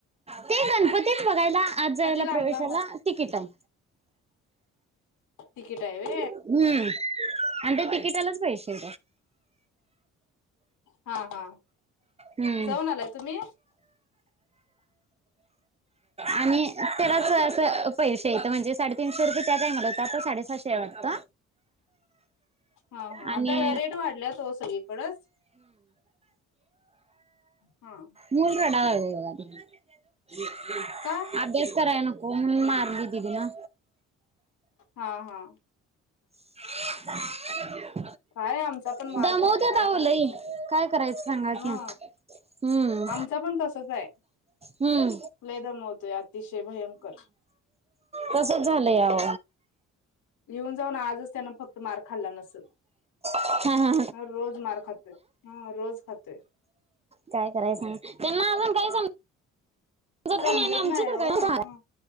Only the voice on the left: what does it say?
का ते लांब
लांब
तिकीट आहे होय
हा हा
जाऊन आलाय तुम्ही
हा हा
आता रेट वाढल्या तो सगळीकडेच हा
का
हा हा
काय आमचा पण
मार खाते काय
करायचं
हा
आमचा पण तसच आहे
ले दमवतोय अतिशय भयंकर
येऊन जाऊन आजच त्यान फक्त मार खाल्ला नसेल
ह रोज मार खातो.. हा रोज खातोय.
समजत
नाही
हो
ह